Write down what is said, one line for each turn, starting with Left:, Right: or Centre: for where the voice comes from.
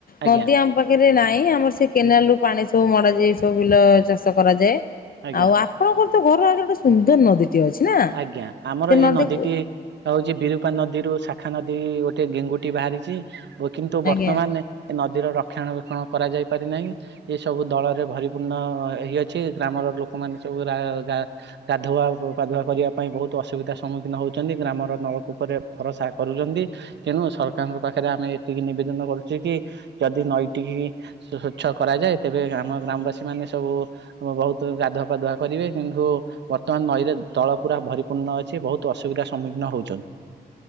Left: ନଦୀ
Right: ଆଜ୍ଞା
Left: ଆମ ପାଖରେ ନାହିଁ। ଆମର ସେ କେନାଲ ରୁ ପାଣି ସବୁ ମଡ ଯାଇ ସବୁ ବିଲ ଚାଷ କରାଯାଏ
Right: ଆଜ୍ଞା
Left: ଆଉ ଆପଣଙ୍କ ତ ଘର ଆଗରେ ଗୋଟେ ସୁନ୍ଦର ନଦୀଟି ଅଛି ନା ସେ
Right: ଆଜ୍ଞା ଆମର
Left: ନଦୀ
Right: ଏ ନଦୀଟି ହଉଛି ବିରୁପା ନଦୀରୁ ଶାଖା ନଦୀ ଗୋଟେ ଗେଙ୍ଗୁଟି ବାହାରିଛି। କିନ୍ତୁ
Left: ଆଜ୍ଞା
Right: ବର୍ତ୍ତମାନ ଏ ନଦୀର ରକ୍ଷଣାବେକ୍ଷଣ। କରାଯାଇ ପାରିନାହିଁ ଏସବୁ ଦଳରେ ଭରିପୂର୍ଣ୍ଣ ହେଇଅଛି ଗ୍ରାମର ଲୋକମାନେ ସବୁ ଗା ଗାଧୁଆ ପାଧୁଆ କରିବା ପାଇଁ ବହୁତ ଅସୁବିଧାର ସମ୍ମୁଖୀନ ହେଉଛନ୍ତି ଗ୍ରାମର ନଳକୂପରେ ଭରସା କରୁଛନ୍ତି ତେଣୁ ସରକାର ପାଖରେ ଆମେ ଏତିକି ନିବେଦନ କରୁଛୁ କି ଯଦି ନଈ ଟିକି ସ୍ୱଚ୍ଛ କରାଯାଏ ତେବେ ଆମ ଗ୍ରାମବାସୀ ମାନେ ସବୁ ବହୁତ ଗାଧୁଆ ପାାଧୁଆ କରିବେ କିନ୍ତୁ ବର୍ତ୍ତମାନ ନଈରେ ଦଳ। ପୁରା ଭରିପୂର୍ଣ୍ଣ ଅଛି ବହୁତ ଅସୁବିଧାର ସମ୍ମୁଖୀନ ହଉଛନ୍ତି।